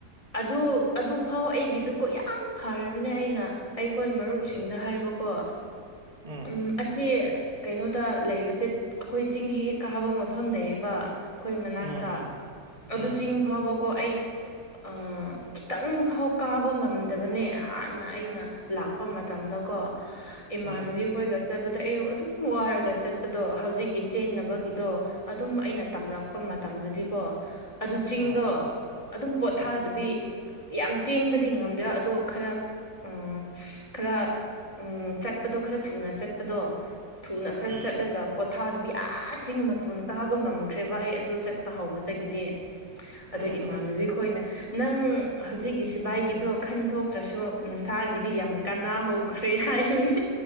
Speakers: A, on the left; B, on the right.
A: ꯑꯗꯨ-ꯑꯗꯨꯐꯥꯎ ꯑꯩꯒꯤꯗꯨꯀꯣ ꯌꯥꯝ ꯐꯔꯕꯅꯦ ꯑꯩꯅ ꯑꯩꯈꯣꯏ ꯃꯔꯨꯞꯁꯤꯡꯗ ꯍꯥꯏꯕꯀꯣ
B: ꯎꯝ
A: ꯎꯝ ꯑꯁꯤ ꯀꯩꯅꯣꯗ ꯂꯩꯕꯁꯦ ꯑꯩꯈꯣꯏ ꯆꯤꯡ ꯍꯦꯛ ꯍꯦꯛ ꯀꯥꯕ ꯃꯐꯝ ꯂꯩꯌꯦꯕ ꯑꯩꯈꯣꯏ ꯃꯅꯥꯛꯇ
B: ꯎꯝ ꯎꯝ ꯎꯝ
A: ꯑꯗꯨ ꯆꯤꯡ ꯐꯥꯎꯕꯀꯣ ꯑꯩ ꯑꯝ ꯈꯤꯇꯪ ꯐꯥꯎ ꯀꯥꯕ ꯉꯝꯗꯕꯅꯦ ꯍꯥꯟꯅ ꯑꯩꯅ ꯂꯥꯛꯄ ꯃꯇꯝꯗꯀꯣ꯫ ꯍꯥ ꯏꯃꯥꯅꯕꯤ
B: ꯎꯝ
A: ꯑꯩꯈꯣꯏꯒ ꯆꯠꯄꯗ ꯑꯩ ꯑꯗꯨꯝ ꯋꯥꯔꯒ ꯆꯠꯄꯗꯣ ꯍꯧꯖꯤꯛꯀꯤ ꯆꯦꯟꯅꯕꯒꯤꯗꯣ ꯑꯗꯨꯝ ꯑꯩꯅ ꯇꯝꯂꯛꯄ ꯃꯇꯝꯗꯗꯤꯀꯣ ꯑꯗꯨ ꯆꯤꯡꯗꯣ
B: ꯎꯝ
A: ꯑꯗꯨꯝ ꯄꯣꯊꯥꯗꯕꯤ
B: ꯎꯝ
A: ꯌꯥꯝ ꯆꯦꯟꯕꯗꯤ ꯉꯝꯗꯦ ꯑꯗꯣ ꯈꯔ ꯎꯝ ꯈꯔ ꯎꯝ ꯆꯠꯄꯗꯣ ꯈꯔ ꯊꯨꯅ ꯆꯠꯄꯗꯣ ꯊꯨꯅ
B: ꯎꯝ
A: ꯈꯔ ꯆꯠꯂꯒ ꯄꯣꯊꯥꯗꯨꯕꯤ ꯑꯥ ꯆꯤꯡ ꯃꯇꯣꯟ ꯀꯥꯕ ꯉꯝ ꯈ꯭ꯔꯦꯕ ꯑꯩ ꯑꯗꯨ ꯆꯠꯄ ꯍꯧꯕꯗꯒꯤꯗꯤ
B: ꯎꯝ ꯎꯝ
A: ꯑꯗ ꯏꯃꯥꯟꯅꯕꯤ ꯈꯣꯏꯅ ꯅꯪ ꯍꯧꯖꯤꯛꯀꯤ ꯁꯤꯕꯥꯏꯒꯤꯗꯣ ꯈꯟꯗꯣꯛꯇ꯭ꯔꯁꯨ ꯅꯁꯥꯒꯤꯗꯤ ꯌꯥꯝ ꯀꯅ ꯍꯧ ꯈ꯭ꯔꯦ ꯍꯥꯏꯕꯅꯦ